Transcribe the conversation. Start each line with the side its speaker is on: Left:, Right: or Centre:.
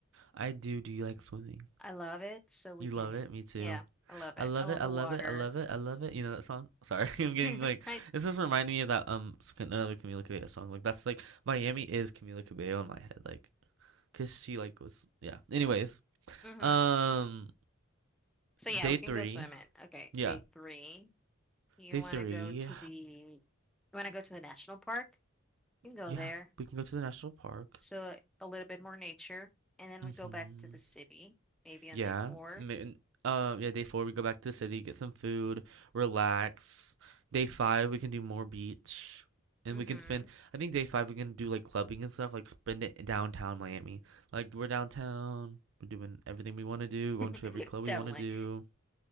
Right: I do. Do you like swimming?
Centre: I love it. So we
Right: You
Centre: can,
Right: love it? Me too.
Centre: yeah, I love
Right: I
Centre: it.
Right: love
Centre: I love
Right: it. I
Centre: the
Right: love
Centre: water.
Right: it. I love it. I love it. You know that song? Sorry, <laughs> I'm getting
Centre: <laughs>
Right: like
Centre: I,
Right: this is reminding me of that um s- another Camila Cabello song. Like that's like Miami is Camila Cabello in my head. Like, cause she like was yeah. Anyways,
Centre: mhm.
Right: um,
Centre: So yeah,
Right: day
Centre: we can
Right: three.
Centre: go swimming. Okay,
Right: Yeah,
Centre: day three. You
Right: day
Centre: want
Right: three.
Centre: to go to the you want to go to the national park? You can go
Right: Yeah,
Centre: there.
Right: we can go to the national park.
Centre: So a little bit more nature, and then we
Right: Mm-hmm.
Centre: go back to the city, maybe on
Right: Yeah.
Centre: day four.
Right: Um, uh, yeah, day four, we go back to the city, get some food, relax. Day five, we can do more beach. And
Centre: Mm-hmm.
Right: we can spend, I think day five, we can do like clubbing and stuff, like spend it in downtown Miami. Like, we're downtown, we're doing everything we want to do, going
Centre: <laughs>
Right: to every club
Centre: Definitely.
Right: we want to do.